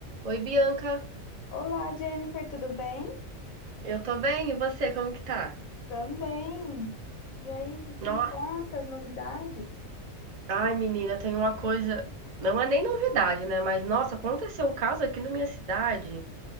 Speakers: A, on the right; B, on the left.
A: Oi, Bianca.
B: Olá, Jennifer, tudo bem?
A: Eu tô bem, e você, como que tá?
B: Também. E aí, o que que
A: Nossa,
B: me conta as novidades?
A: ai, menina, tem uma coisa, não é nem novidade, né? Mas nossa, aconteceu um caso aqui na minha cidade